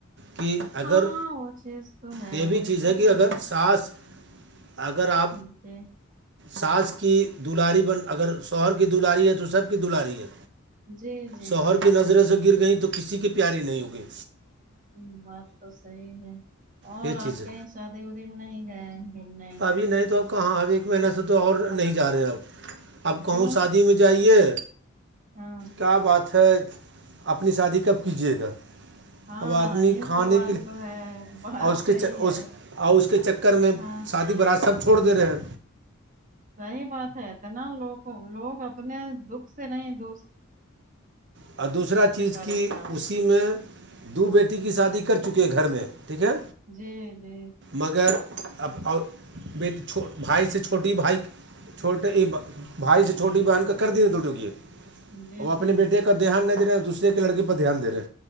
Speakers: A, on the right; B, on the right.
A: کہ اگر
B: ہاں وہ چیز تو ہے
A: یہ بھی چیز
B: سب
A: ہے کہ
B: کو
A: اگر
B: سب
A: سانس اگر آپ
B: جی
A: سانس کی دلاری بن اگر شوہر کی دلاری ہے تو سب کی دلاری ہے
B: جی جی
A: شوہر
B: جی
A: کی
B: جی
A: نظریں
B: جی
A: سے گر گئیں تو کسی کی پیاری نہیں ہوگئی
B: ہ بات تو صحی ہے اور
A: یہ چیز
B: آپ
A: ہے
B: کہیں شادی ودی میں نہیں گئے گھومنے
A: اھی نہیں تو کہاں ا ایک مہینہ سے تو اور نہیں جا رہے اب اب کہوں
B: کیوں
A: شادی میں جائیے
B: ہاں
A: کیا بات ہے اپنی شادی کب کیجیے گا
B: ہاں
A: اب آدمی
B: یہ
A: کھانے
B: سوال
A: کےے
B: تو ہے بات
A: اور
B: صحیح ہے
A: اور اس کے چکر کر میں
B: ہاں
A: شادی برات سب چھوڑ د رہے ہیں
B: صحیح بات ہے اتنا لوگ لوگ اپنے دکھ سے نہیں د
A: اور دوسرا چیز
B: پریشان
A: کہ اسی
B: ہیں
A: میں دو بیٹی کی شادی کر چکے گھر میں ٹھیک ہے
B: جی جی
A: مگر اور بیھ بھائی سے چھوٹی بھائی چھوٹے ای بھائی سے چھوٹی بہن کا کر دیی دو ٹوکیے
B: جی
A: وہ اپنے
B: جی
A: بیٹے کا دھیان نہیں دے رہا دوسرے کے لڑکی پر دھیان دے رہے